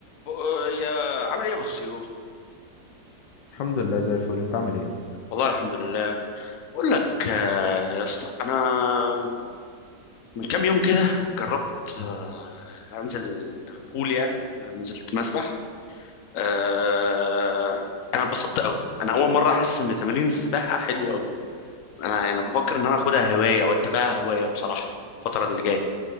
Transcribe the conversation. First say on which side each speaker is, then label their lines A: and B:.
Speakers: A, on the left; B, on the left.
A: ب- يا عامل ايه يا ابو السيوف
B: الحمد لله زي الفل انت عامل ايه
A: والله الحمد لله بقول لك آه، يا اسطى انا من كام يوم كده جربت آه، انزل بول يعني نزلت مسبح آه، انا اتبسطت قوي انا اول مره احس ان تمارين السباحه حلوه قوي انا يعني بفكر ان انا اخدها هوايه واتبعها هوايه بصراحه الفتره اللي جايه